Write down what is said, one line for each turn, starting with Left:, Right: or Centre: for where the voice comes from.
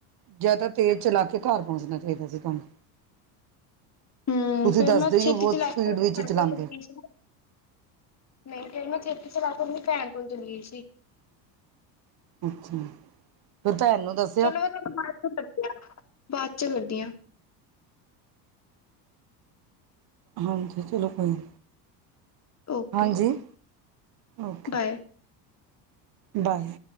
Right: ਜਾਂ ਤਾਂ ਤੇਜ਼ ਚਲਾ ਕੇ ਘਰ ਪਹੁੰਚਣਾ ਚਾਹੀਦਾ ਫੇਰ ਤਹਾਨੂੰ।
Left: ਹੂੰ ਫੇਰ
Right: ਦੱਸਦੇ
Left: ਮੈਂ ਸ਼ਛੇਤੀ
Right: ਹੀ ਹੋ ਬਹੁਤ
Left: ਚਲਾ
Right: ਸਪੀਡ
Left: <unintelligible>
Right: ਵਿੱਚ ਚਲਾਉਂਦੇ
Left: ਨਹੀਂ ਫੇਰ ਮੈਂ ਛੇਤੀ ਚਲਾ ਕੇ ਅਪਣੀ ਭੈਣ ਕੋਲ ਚਲੀ ਗਈ ਸੀ।
Right: ਅੱਛਾ ਫੇਰ ਪੈਨੂੰ ਦੱਸ-
Left: ਚਲੋ ਮੈਂ ਤੁਹਾਨੂੰ ਬਾਅਦ ਚ ਕਰਦੀ ਆ ਬਾਅਦ ਚ ਕਰਦੀ ਹਾਂ।
Right: ਹਾਂਜੀ ਚਲੋ ਕੋਈ ਨੀ,
Left: ਓਕੇ
Right: ਹਾਂਜੀ ਓਕੇ।
Left: Bye
Right: bye.